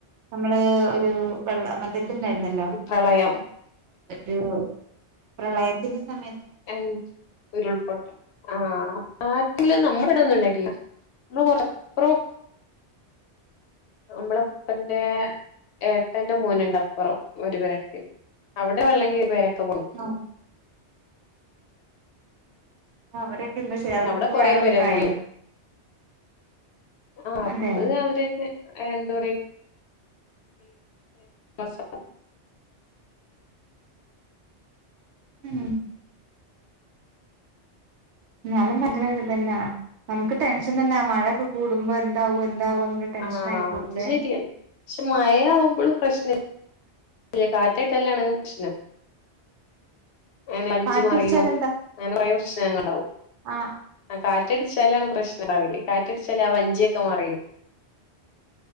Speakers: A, on the right; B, on the left.
A: നമ്മള് ഒരു വെള്ള മറ്റ ഇത്ണ്ടായിരുന്നല്ലോ
B: പ്രളയം
A: <unintelligible> പ്രളയത്തിന്റെ സമയ
B: <unintelligible> ഉരുൾപൊട്ട് ആ ഇല്ല നമ്മടെ ഇടെ ഒന്നും ഇണ്ടായിട്ടില്ല നമ്മള് മലപ്പ്റം നമ്മളെ ഇപ്പന്റെ ഏട്ടന്റെ മോന്ണ്ട് അപ്പറം ഒരു പെരക്ക്‌ അവിടെ വെള്ളം കേറി പെരൊക്കെ പൊങ്ങി
A: ആഹ് അവരൊക്കെ എന്താ ചെയ്യാ അവർക്കിപ്പൊ
B: അവിടെ കൊറേ
A: വേറെ
B: പേര
A: വീടായോ
B: പോയി ആഹ് അത്
A: അതെ
B: അവര്ന്നെ എന്താ പറയ <unintelligible>
A: ഉം എന്നാലും ഭയങ്കര ഒരുരിതെന്നാ നമുക്ക് ടെൻഷൻ തന്നെ മഴ ഒക്കെ കൂടുമ്പോ എന്താവും എന്താവുംന്നുള്ള ടെൻഷൻ
B: ആഹ്
A: ആയി പോവുലേ
B: അത് ശരിയാണ് പക്ഷെ മഴ ആവുമ്പളും പ്രശ്ന ഇല്ല കാറ്റേറ്റാലാണ് പ്രശ്നം അങ്ങനെ വഞ്ചിമറിയും
A: കാറ്റടിച്ചാൽ
B: അങ്ങനെ കൊറേ പ്രശ്നങ്ങൾ ഇണ്ടാവും
A: ആഹ
B: ആഹ് കാറ്റടിച്ചാലാണ് പ്രശ്നം ഇണ്ടാവല് കാറ്റടിച്ചാല് ആ വഞ്ചിയൊക്കെ മറിയും